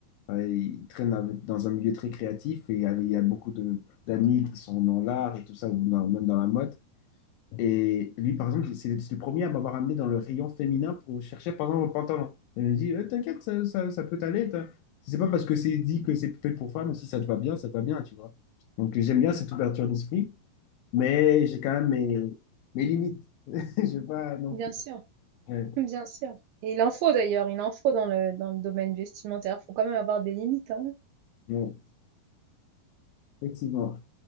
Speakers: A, on the left (about 80°); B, on the right (about 80°).
A: euh, il traîne avec- dans un milieu très créatif et il y a, il y a beaucoup de- d'amis qui sont dans l'art et tout ça, ou dans- même dans la mode. Et lui, par exemple, c'est c'est le premier à m'avoir amené dans le rayon féminin pour chercher, par exemple, un pantalon. Il me dit, Eh, t'inquiète, ça, ça, ça peut t'aller. t'as- C'est pas parce que c'est dit que c'est fait pour femmes, si ça te va bien, ça te va bien, tu vois. Donc, j'aime bien cette ouverture d'esprit, mais j'ai quand même mes, mes limites. <laughs> Je vais pas non
B: Bien
A: plus.
B: sûr, <laughs>
A: Ouais,
B: bien sûr. Et il en faut d'ailleurs, il en faut dans le, dans le domaine vestimentaire. Il faut quand même avoir des limites, hein.
A: bon, effectivement.